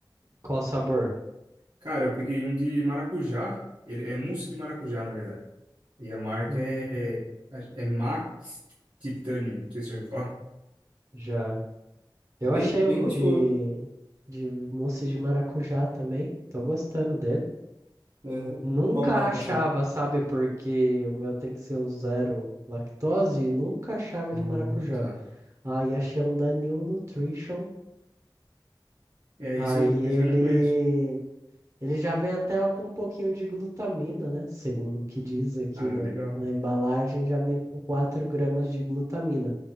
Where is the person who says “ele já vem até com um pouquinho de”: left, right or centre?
Right